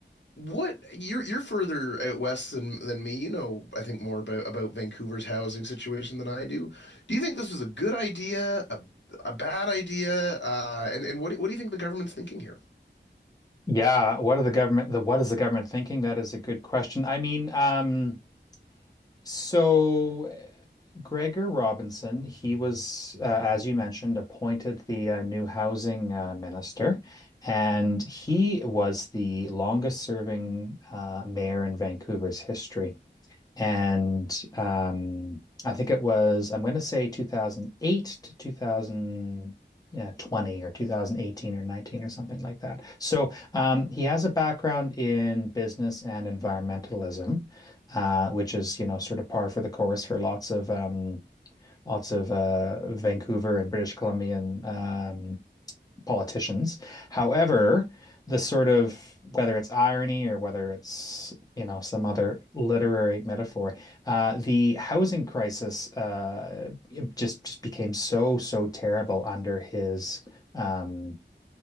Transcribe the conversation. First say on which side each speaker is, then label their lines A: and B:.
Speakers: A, on the left (about 75°); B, on the left (about 20°).
A: What you're you're further out west than than me. You know, I think more about about Vancouver's housing situation than I do. Do you think this was a good idea, a a bad idea, uh, and and what what do you think the government's thinking here?
B: Yeah. What are the government the what is the government thinking? That is a good question. I mean, um, so uh, Gregor Robinson, he was, uh, as you mentioned, appointed the uh, new housing uh, minister, and he was the longest serving uh, mayor in Vancouver's history. And um, I think it was, I'm going to say 2008 to 2000, yeah, 20 or 2018 or 19 or something like that. So um, he has a background in business and environmentalism, uh, which is, you know, sort of par for the course for lots of um, lots of uh, Vancouver and British Columbian um, politicians. However, the sort of whether it's irony or whether it's you know some other literary metaphor, uh, the housing crisis uh, it just just became so so terrible under his um,